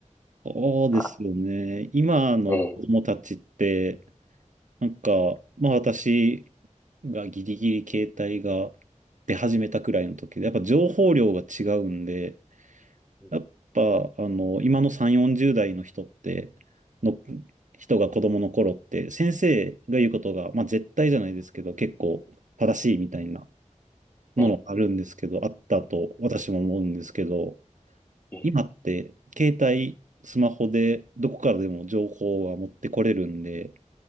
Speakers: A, on the right; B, on the left.
A: そうですよね。
B: まあ
A: 今の子供たちって、
B: ええ、
A: なんか、まあ私がギリギリ携帯が出始めたくらいの時で、やっぱ情報量が違うんで、
B: え
A: やっぱ、あの、今の3、40代の人って、の、人が子供の頃って、先生が言うことが、まあ絶対じゃないですけど、結構正しいみたいなのがあるんですけど、
B: え、
A: あったと私も思うんですけど、
B: ええ、
A: 今って、携帯、スマホでどこからでも情報は持ってこれるんで、